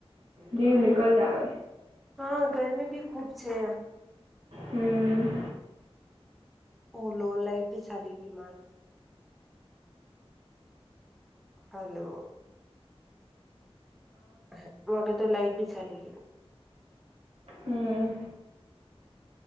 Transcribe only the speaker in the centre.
હા ગરમી ભી ખૂબ છે.
ઓલો લઇટ બી ચાલી ગી મા. હલો. હા વ કે તો લાઇટ ભી ચાલે ગ.